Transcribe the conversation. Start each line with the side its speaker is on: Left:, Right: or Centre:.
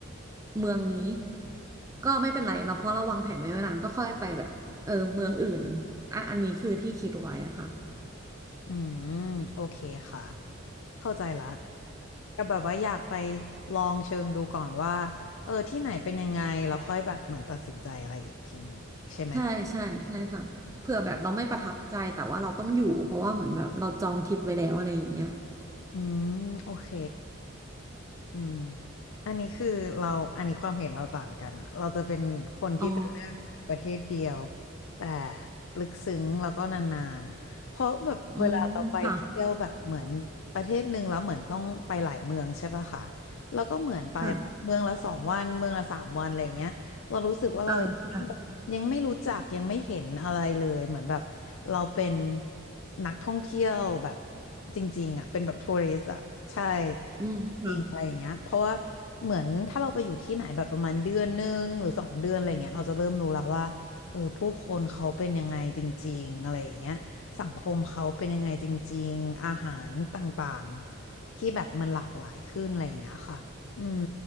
Right: เมืองนี้ก็ไม่เป็นไรเราเพราะเราวางแผนไว้ไว้นานก็ค่อยไปแบบเออเมืองอื่นอันอันนี้คือที่คิดไว้อะค่ะ
Left: อืมโอเคค่ะเข้าใจละแต่แบบว่าอยากไปลองเชิงดูก่อนว่าเออที่ไหนเป็นยังไงแล้วค่อยแบบเหมือนตัดสินใจอะไรอีกทีหนึ่งอย่างงี้ใช่ไหมคะ
Right: ใช่ใช่ใช่ค่ะเผื่อแบบเราไม่ประทับใจแต่ว่าเราต้องอยู่เพราะว่าเหมือนแบบเราจองทริปไว้แล้วอะไรอย่างเงี้ย
Left: อืมโอเค อืม อันนี้คือเราอันนี้ความเห็นเราต่างกันอะเราจะเป็นคนที่จะเลือกประเทศเดียว
Right: อ๋อ
Left: แต่ลึกซึ้งแล้วก็นานๆเพราะแบบเวลาเราไปเที่ยวแบบเหมือนประเทศหนึ่งแล้วเหมือนต้องไปหลายเมืองใช่ปะคะ
Right: อืมค่ะ
Left: แล้วก็เหมือนไปแบบเมืองละสองวันเมืองละสามวันอะไรเงี้ยเรารู้สึกว่าเรายังไม่แบบยังไม่รู้จักยังไม่เห็นอะไรเลยเหมือนแบบเราเป็น
Right: ค่ะ อ่าค่ะ
Left: นักท่องเที่ยวแบบจริงๆอะเป็นแบบทัวริสอะใช่
Right: อืมค่ะ
Left: จริงอะไรอย่างเงี้ยเพราะว่าเหมือนถ้าเราไปอยู่ที่ไหนแบบประมาณเดือนหนึ่งหรือสองเดือนอะไรเงี้ยเราจะเริ่มรู้แล้วว่าเออผู้คนเขาเป็นยังไงจริงๆอะไรอย่างเงี้ยสังคมเขาเป็นยังไงจริงๆอาหารต่างๆที่แบบมันหลากหลายขึ้นอะไรอย่างเงี้ยค่ะอืม